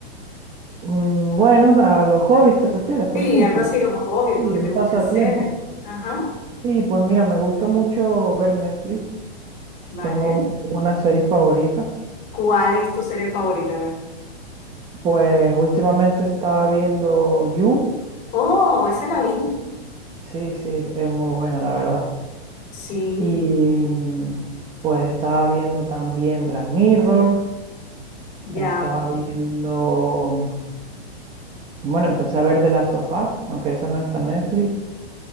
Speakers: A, on the right; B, on the left.
A: Mm, Bueno, a los hobbies te refieres, por
B: Sí,
A: ejemplo.
B: algo así como hobby, algo
A: Sí,
B: que
A: un
B: te guste
A: pasatiempo.
B: hacer. Ajá.
A: Sí, pues mira, me gusta mucho ver Netflix.
B: Vale.
A: Tengo una serie favorita.
B: ¿Cuál es tu serie favorita? A ver.
A: Pues últimamente estaba viendo You.
B: Oh, esa la vi.
A: Sí, sí, es muy buena, la verdad.
B: Sí,
A: Y mm, pues estaba viendo también Black Mirror.
B: ya.
A: Estaba viendo. Bueno, empecé a ver The Last of Us, aunque eso no está en Netflix.